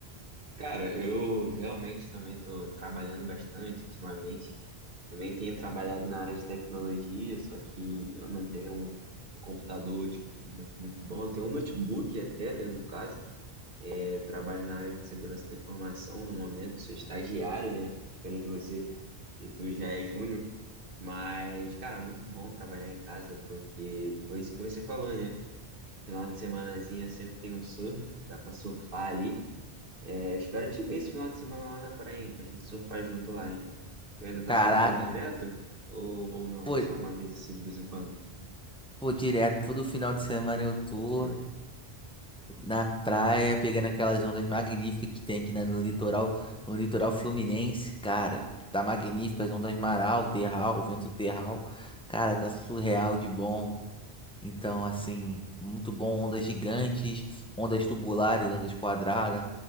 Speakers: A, on the right (about 55°); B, in the centre.
A: Cara, eu realmente também tô trabalhando bastante ultimamente. Também tenho trabalhado na área de tecnologia, só que eu não tenho um, um computador, tipo, muito, muito bom. Tenho um notebook até, né, no caso. É, trabalho na área de segurança da informação no momento, sou estagiário, né? Diferente de você, que tu já é júnior. Mas, cara, muito bom trabalhar em casa, porque foi isso que você falou, né? Final de semanazinha sempre tem um surf, dá pra surfar ali. É, eu espero te ver esse final de semana lá na praia, hein, pra gente surfar junto lá, hein? Tu ainda tá
B: Caraca,
A: surfando direto? Ou, ou não?
B: pô,
A: Só uma vez assim, de vez em quando?
B: pô, direto, todo final de semana eu tô.
A: Hum.
B: na praia, pegando aquelas ondas magníficas que tem aqui na- no litoral, no litoral fluminense, cara. Tá magnífico, as ondas maral, terral, vento terral. Cara, tá surreal de bom. Então, assim, muito bom, ondas gigantes, ondas tubulares, ondas quadradas.